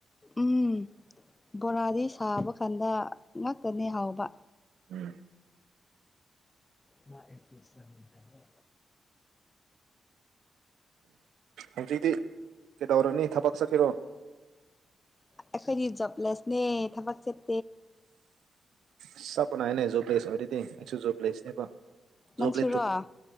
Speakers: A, on the left; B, on the right.
A: ꯎꯝ ꯕꯣꯔꯥꯗꯤ ꯁꯥꯕ ꯀꯥꯟꯗ ꯉꯇꯅꯤ ꯍꯥꯎꯕ
B: ꯎꯝ
A: ꯃꯥ ꯑꯦꯠ ꯄꯁ ꯂꯃꯤ ꯇꯌꯦ
B: ꯍꯧꯖꯤꯛꯇꯤ ꯀꯩꯗꯧꯔꯅꯤ ꯊꯕꯛ ꯆꯠꯈꯤꯔꯣ
A: ꯑꯩꯈꯣꯏꯗꯤ ꯖꯕꯂꯦꯁꯅꯦ ꯊꯕꯛ ꯆꯦꯠ
B: ꯎ ꯆꯄꯅꯅꯦ ꯖꯨꯕ꯭ꯂꯁ ꯋꯥꯔꯤꯗꯤ ꯑꯩꯁꯨ ꯖꯕ꯭ꯂꯁꯅꯦꯕ ꯖꯣꯕꯂꯦ
A: ꯅꯪꯁꯨꯔꯣ
B: ꯇ